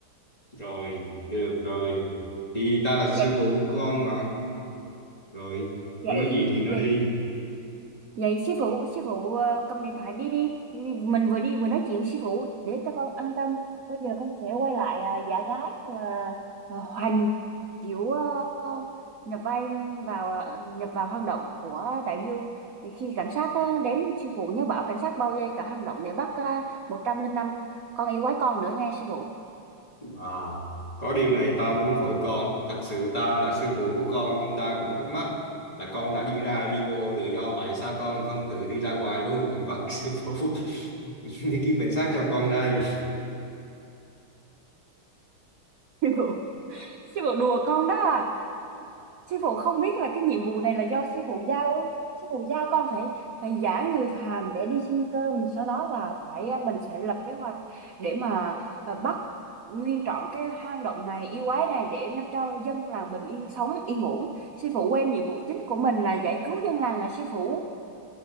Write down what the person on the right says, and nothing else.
Dạ,
vậy
vậy
vậy sư phụ sư phụ ờ, cầm điện thoại đi đi Đi- mình vừa đi vừa nói chuyện sư phụ để cho con an tâm bây giờ con sẽ quay lại à, giả gái và à, hoành kiểu ờ, nhập vai vào ờ, nhập vào hang động của đại vương Thì khi cảnh sát ờ, đến sư phụ nhớ bảo cảnh sát bao vây cả hang động để bắt uh, một trăm linh năm con yêu quái con nữa nghe sư phụ
sư phụ sư phụ đùa con đó à? sư phụ không biết là cái nhiệm vụ này là do sư phụ giao ư? sư phụ giao con phải phải giả người phàm để đi xin cơm sau đó là phải à, mình sẽ lập kế hoạch để mà à, bắt nguyên trọn cái hang động này yêu quái này để nó cho dân làng bình yên sống yên ổn sư phụ quên nhiệm vụ chính của mình là giải cứu dân làng à sư phụ